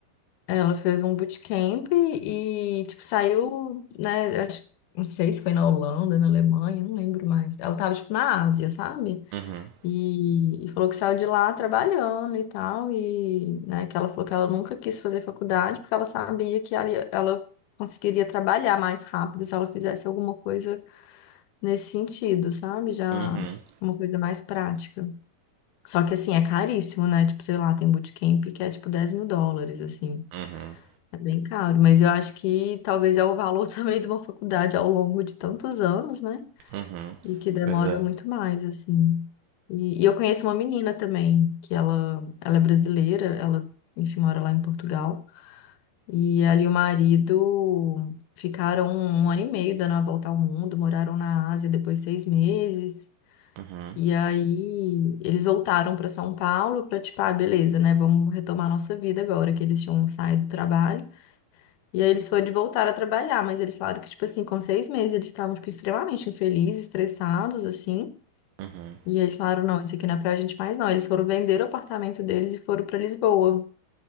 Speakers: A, on the left (about 70°); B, on the right (about 80°).
A: Ela fez um bootcamp e, tipo, saiu, né? Acho, não sei se foi na Holanda, na Alemanha, não lembro mais. Ela tava, tipo, na Ásia, sabe?
B: Uhum.
A: E, e falou que saiu de lá trabalhando e tal. E, né, que ela falou que ela nunca quis fazer faculdade porque ela sabia que ela, ia- ela conseguiria trabalhar mais rápido se ela fizesse alguma coisa nesse sentido, sabe? Já
B: Uhum,
A: uma coisa mais prática. Só que assim, é caríssimo, né? Tipo, sei lá, tem bootcamp que é tipo dez mil dólares, assim.
B: uhum,
A: É bem caro, mas eu acho que talvez é o valor <laughs> também de uma faculdade ao longo de tantos anos, né?
B: uhum.
A: E que demora
B: Pois é.
A: muito mais, assim. E, e eu conheço uma menina também, que ela, ela é brasileira, ela, enfim, mora lá em Portugal. E ela e o marido ficaram um ano e meio dando a volta ao mundo, moraram na Ásia depois seis meses.
B: Uhum,
A: E aí eles voltaram para São Paulo para tipo, ah, beleza, né? Vamos retomar nossa vida agora que eles tinham saído do trabalho. E aí eles foram de voltar a trabalhar, mas eles falaram que tipo assim, com seis meses eles estavam tipo extremamente infelizes, estressados assim.
B: uhum.
A: E aí eles falaram, não, isso aqui não é pra gente mais não. Eles foram vender o apartamento deles e foram para Lisboa.